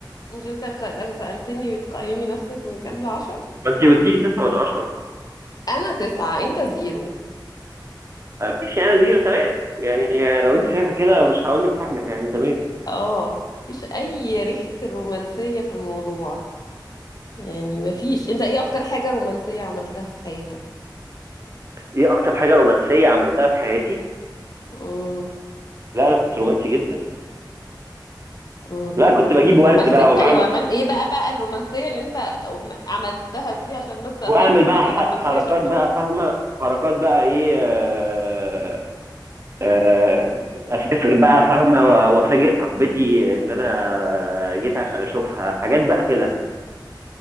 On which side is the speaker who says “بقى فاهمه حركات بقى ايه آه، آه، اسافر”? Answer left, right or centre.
Right